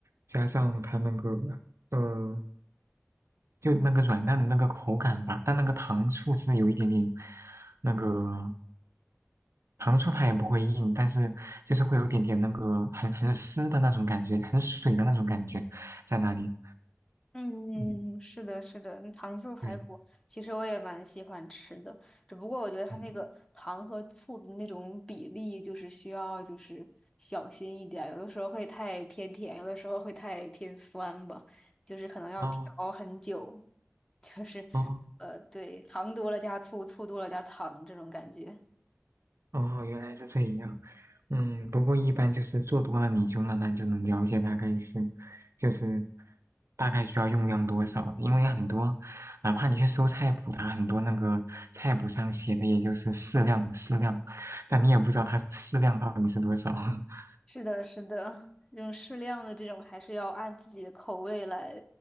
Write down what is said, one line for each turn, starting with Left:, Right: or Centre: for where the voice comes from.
Right: 加上它那个呃就那个软蛋的那个口感吧，但那个糖醋是有一点点那个。糖醋它也不会硬，但是就是会有一点点那个很很湿的那种感觉，很水的那种感觉在那里。
Left: 嗯，
Right: 嗯，
Left: 是的，是的，那糖醋排骨其实我也蛮喜欢吃的，
Right: 对，
Left: 只不过我觉得它那个糖和醋的那种比例，
Right: 嗯，
Left: 就是需要就是小心一点儿有的时候会太偏甜，有的时候会太偏酸吧，就是可能要调很久，
Right: 哦
Left: 就是
Right: 哦
Left: 呃，对，糖多了加醋，醋多了加糖这种感觉。
Right: 哦，原来是这样。嗯，不过一般就是做多了，你就慢慢就能了解大概是，就是大概需要用量多少的因为很多，哪怕你去搜菜谱啊，它很多那个菜谱上写的也就是适量适量，但你也不知道它适量到底是多少。<laughs>
Left: 是的，是的，这种适量的这种还是要按自己的口味来，